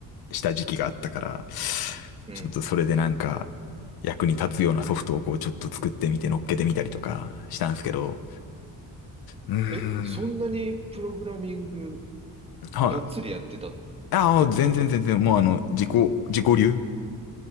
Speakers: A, on the left; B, on the right.
A: した時期があったから、
B: うん。
A: ちょっとそれでなんか、役に立つようなソフトをこうちょっと作ってみて乗っけてみたりとかしたんですけど、うーん、
B: え、そんなにプログラミング
A: はい
B: がっつりやってたっ
A: ああ、
B: てこと
A: 全然全然、もうあの、自己、自己流